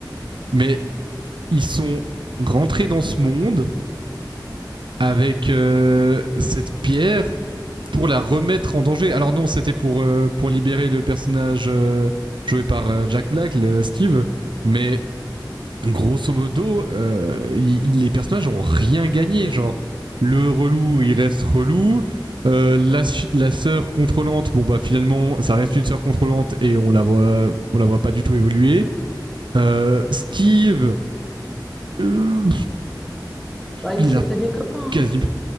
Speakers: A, on the right; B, in the centre.
A: mais ils sont rentrés dans ce monde avec euh, cette pierre pour la remettre en danger. Alors non, c'était pour, euh, pour libérer le personnage euh, joué par euh, Jack Black, le Steve, mais grosso modo, euh, il- il- les personnages ont rien gagné. Genre, le relou, il reste relou. Euh, la, la sœur contrôlante, bon bah finalement, ça reste une sœur contrôlante et on la voit, on la voit pas du tout évoluer. Euh, Steve, euh,
B: Bah, il
A: il
B: s'est
A: a
B: fait des copains.
A: quasiment,